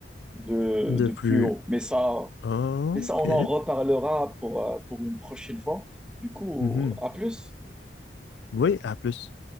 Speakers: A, in the centre; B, on the left.
A: de
B: De
A: de
B: plus,
A: plus haut. Mais ça
B: ok.
A: mais ça on en reparlera pour euh, pour une prochaine fois. Du coup,
B: Mhm.
A: à plus.
B: Oui, à plus.